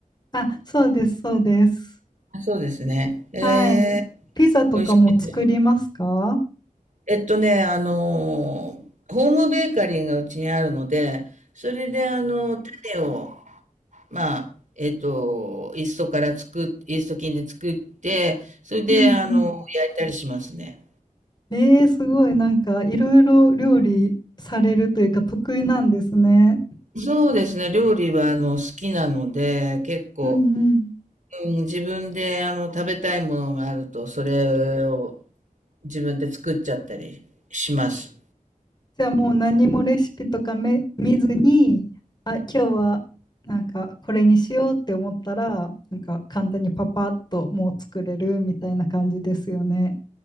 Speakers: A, on the left; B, on the right.
A: あ、そうです、そうです。
B: あ、そうですね。ええ、
A: はい。ピザとかも作りますか
B: 美味しいです。えっとね、あの、ホームベーカリーがうちにあるので、それであの、種を、まあ、えっと、イーストから作っ、イースト菌で作って、それであの、
A: うんうん。
B: 焼いたりしますね。
A: えー、すごい、なんかいろいろ料理されるというか得意なんですね。
B: そうですね、料理はあの、好きなので、結構、
A: うんうん。
B: うん、自分であの食べたいものがあると、それを自分で作っちゃったりします。
A: じゃあもう何もレシピとかめ見ずに、あ、今日はなんかこれにしようって思ったら、なんか簡単にパパッともう作れるみたいな感じですよね。